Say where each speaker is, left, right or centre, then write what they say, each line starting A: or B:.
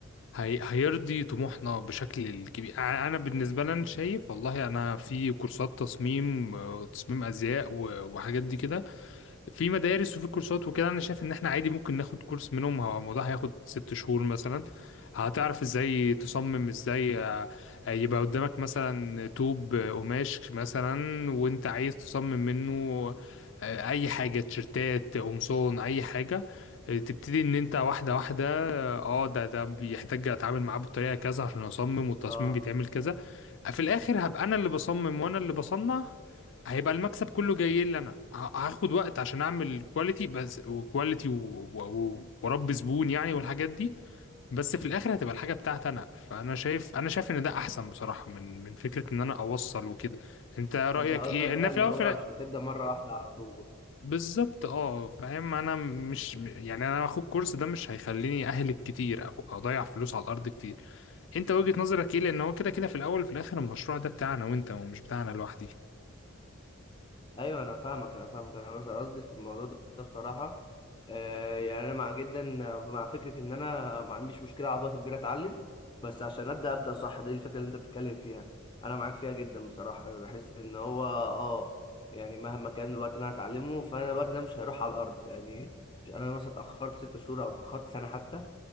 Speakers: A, on the left; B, on the left.
A: هي هيرضي طموحنا بشكل كبير أ- أنا بالنسبة لي أنا شايف والله أنا في كورسات تصميم آه، وتصميم أزياء و- وحاجات دي كده في مدارس وفي كورسات وكده انا شايف ان احنا عادي ممكن ناخد كورس منهم هو الموضوع هياخد ست شهور مثلا هتعرف ازاي تصمم ازاي آه، آه، يبقى قدامك مثلا طوب آه، قماش مثلا وانت عايز تصمم منه آه، اي حاجة تيشرتات قمصان اي حاجة آه، تبتدي ان انت واحدة واحدة اه آه، ده ده بيحتاج اتعامل معاه بالطريقة كذا عشان اصمم والتصميم
B: اه
A: بيتعمل كذا في الاخر هبقى انا اللي بصمم وانا اللي بصنع هيبقى المكسب كله جاي لي انا ه- هاخد وقت عشان اعمل كواليتي بس وكواليتي و- و- و- واربي زبون يعني والحاجات دي بس في الاخر هتبقى الحاجه بتاعتي انا فانا شايف انا شايف ان ده احسن بصراحه من من فكره ان انا اوصل وكده انت رايك
B: انت قصدك
A: ايه
B: بقى
A: ان في
B: اللي
A: الاول
B: هو
A: في
B: عشان
A: الآ-
B: تبدا مره واحده على طول
A: بالظبط اه فاهم انا مش يعني انا اخد كورس ده مش هيخليني اهلك كتير او اضيع فلوس على الارض كتير انت وجهه نظرك ايه لان هو كده كده في الاول وفي الاخر المشروع ده بتاعنا وانت ومش بتاعنا لوحدي
B: ايوه انا فاهمك انا فاهمك انا بس قصدي في الموضوع ده بصراحه آه يعني انا مع جدا مع فكره ان انا ما عنديش مشكله اقعد وقت كبير اتعلم بس عشان ابدا ابدا صح دي الفكره اللي انت بتتكلم فيها انا معاك فيها جدا بصراحه بحس ان هو اه يعني مهما كان الوقت اللي انا هتعلمه فانا الوقت ده مش هيروح على الارض يعني مش انا مثلا اتاخرت ست شهور او اتاخرت سنه حتى